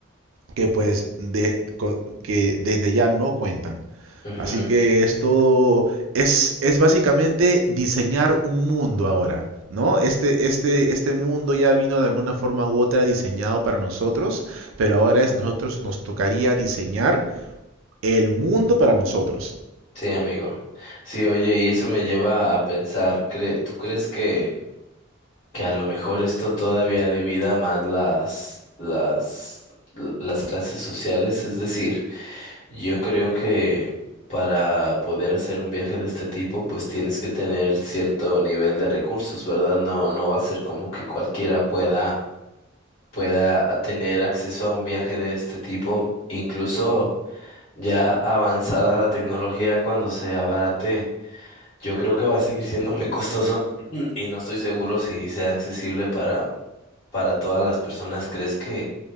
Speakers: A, on the right; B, on the left.
A: que pues de, co- que desde ya no cuentan.
B: ujú,
A: Así que esto es, es básicamente diseñar un mundo ahora, ¿no? Este, este, este mundo ya vino de alguna forma u otra diseñado para nosotros, pero ahora es nosotros nos tocaría diseñar el mundo para nosotros.
B: Sí, amigo. Sí, oye, y eso me lleva a pensar, cre- ¿tú crees que, que a lo mejor esto todavía divida más las, las, l- las clases sociales? Es decir, Yo creo que para poder hacer un viaje de este tipo, pues tienes que tener cierto nivel de recursos, ¿verdad? No, no va a ser como que cualquiera pueda, pueda tener acceso a un viaje de este tipo, incluso ya avanzada la tecnología cuando se abarate. Yo creo que va a seguir siendo muy costoso <clears throat> y no estoy seguro si sea accesible para, para todas las personas. ¿Crees que